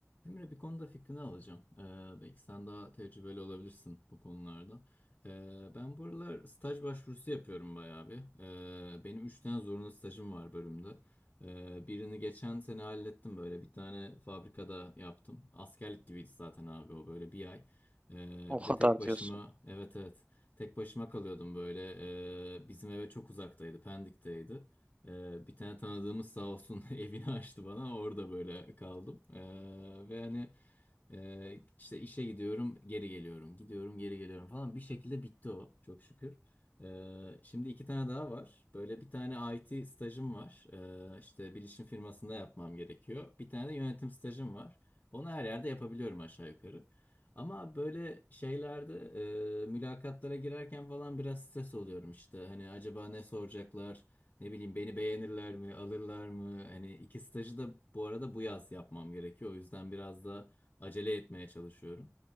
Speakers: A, on the left (about 40°); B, on the right (about 25°).
A: Emre bir konuda fikrini alacağım. Ee, belki sen daha tecrübeli olabilirsin bu konularda. Ee, ben bu aralar staj başvurusu yapıyorum bayağı bir. Ee, benim üç tane zorunlu stajım var bölümde. Ee, birini geçen sene hallettim böyle. Bir tane fabrikada yaptım. Askerlik gibiydi zaten abi o böyle bir ay. Ee,
B: O
A: bir
B: kadar
A: de tek başıma
B: diyorsun.
A: evet evet tek başıma kalıyordum böyle. Ee, bizim eve çok uzaktaydı, Pendik'teydi. Ee, bir tane tanıdığımız sağ olsun <laughs> evini açtı bana. Orada böyle kaldım. Ee, ve hani e, işte işe gidiyorum, geri geliyorum. Gidiyorum, geri geliyorum falan. Bir şekilde bitti o çok şükür. Ee, şimdi iki tane daha var. Böyle bir tane IT stajım var. Ee, işte bilişim firmasında yapmam gerekiyor. Bir tane de yönetim stajım var. Onu her yerde yapabiliyorum aşağı yukarı. Ama böyle şeylerde e, mülakatlara girerken falan biraz stres oluyorum işte. Hani acaba ne soracaklar? Ne bileyim beni beğenirler mi, alırlar mı? Hani iki stajı da bu arada bu yaz yapmam gerekiyor. O yüzden biraz da acele etmeye çalışıyorum.